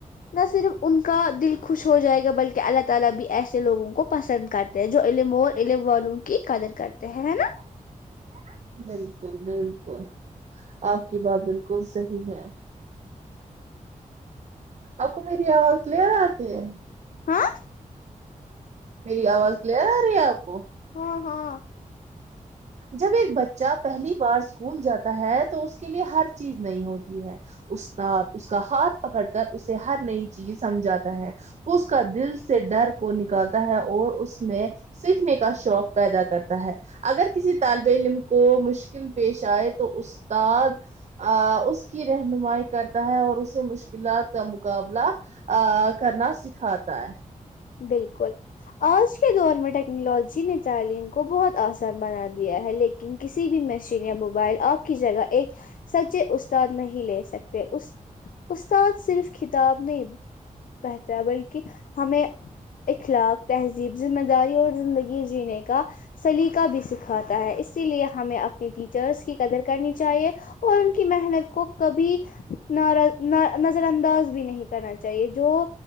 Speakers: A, on the left; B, on the right.
A: نہ صرف ان کا دل خوش ہو جائے گا بلکہ اللہ تالہ بھی ایسے لوگوں کو پسند کرتے ہیں جو علم اورعلم والوں کی قدر کرتے ہیں ہے
B: ج
A: نا
B: بائے <unintelligible> بلکل بلکل آپ کی بات بلکل صحیح ہے آپ کو میری آواز کلیئر آتی ہے
A: ہاں
B: میری آواز کلیئر آ رہی ہے آپ کو
A: ہاں ہاں
B: جب ایک بچہ پہلی بار اسکول جاتا ہے تو اس کے لیے ہر چیز نئی ہوتی ہے استاد اس کا ہاتھ پکڑ کر اسے ہر نئی چیز سمجھاتا ہے وو اس کا دل سے ڈر کو نکالتا ہے اور اس میں سیکھنے کا شوق پیدا کرتا ہے اگر کسی طالب علم کو مشکل پیش آئے تو استاد آ اس کی رہنمائی کرتا ہے اور اسے مشکلات کا مقابلہ ا کرنا سکھاتا ہے
A: بالکل آج کے دور میں ٹیکنالوجی نے تعلیم کو بہت آسان بنا دیا ہے لیکن کسی بھی مشین یا موبائل آپ کی جگہ ایک سچے استاد نہیں لے سکتے اس استاد صرف کتاب نہیں بہتر ہے بلکہ ہمیں اخلاق تہذیب ذمہ داری اور زندگی جینے کا سلیقہ بھی سکھاتا ہے اسی لیے ہمیں اپنی ٹیچرس کی قدر کرنی چاہیے اور ان کی محنت کو کبھی نرا نظر انداز بھی نہیں کرنا چاہیے جو